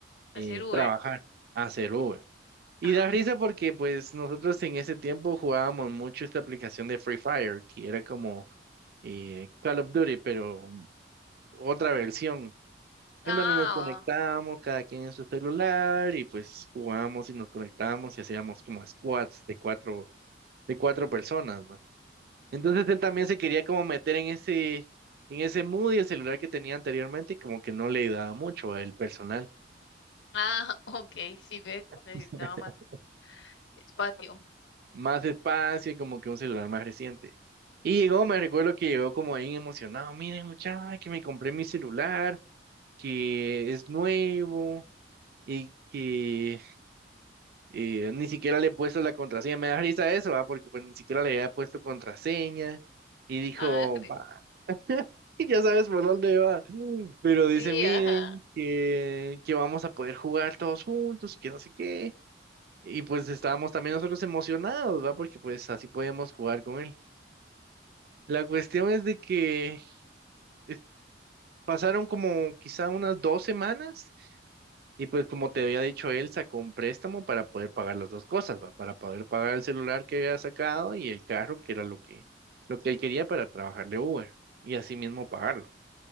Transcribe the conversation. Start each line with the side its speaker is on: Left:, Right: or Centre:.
Right: eh,
Left: Hacer Uber.
Right: trabajar, hacer Uber. Y
Left: Ah,
Right: da risa porque pues nosotros en ese tiempo jugábamos mucho esta aplicación de Free Fire, que era como eh, Call of Duty, pero otra versión, en
Left: ah,
Right: donde nos conectábamos cada quien en su celular y pues jugábamos y nos conectábamos y hacíamos como squads de cuatro, de cuatro personas, ¿va? Entonces él también se quería como meter en ese, en ese mood y el celular que tenía anteriormente y como que no le ayudaba mucho el personal.
Left: ah, <laughs> okay, sí, ves, necesitaba
Right: <laughs>
Left: más espacio.
Right: Más espacio y como que un celular más reciente. Y llegó, me recuerdo que llegó como bien emocionado, miren muchachos, que me compré mi celular, que es nuevo y que Y eh, ni siquiera le he puesto la contraseña. Me da risa eso, ¿va? Porque pues ni siquiera le había puesto contraseña. Y dijo,
Left: Ah, <laughs>
Right: va, <laughs> ya sabes por dónde va. Pero dice,
Left: sí,
Right: miren,
Left: ajá.
Right: que, que vamos a poder jugar todos juntos y que no sé qué. Y pues estábamos también nosotros emocionados, ¿va? Porque pues así podemos jugar con él. La cuestión es de que eh, pasaron como quizá unas dos semanas Y pues como te había dicho él, sacó un préstamo para poder pagar las dos cosas, ¿va? Para poder pagar el celular que había sacado y el carro, que era lo que, lo que él quería para trabajarle Uber, y así mismo pagarlo.